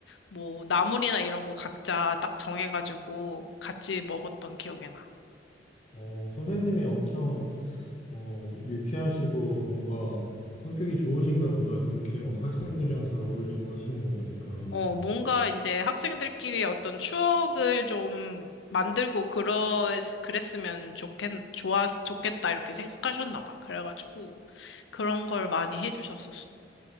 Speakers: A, on the left (about 80°); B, on the left (about 40°).
A: 뭐 나물이나 이런 거 각자 딱 정해가지고 같이 먹었던 기억이 나.
B: 어, 선생님이 엄청 어, 유쾌하시고 뭔가 성격이 좋으신가 보다. 그렇게 막 학생들이랑 잘 어울리고 하시는 거 보니까.
A: 어, 뭔가 이제 학생들끼리 어떤 추억을 좀 만들고 그러, 그랬으면 좋겠, 좋아, 좋겠다, 이렇게 생각하셨나 봐. 그래가지고, 그런 걸 많이 해주셨었어.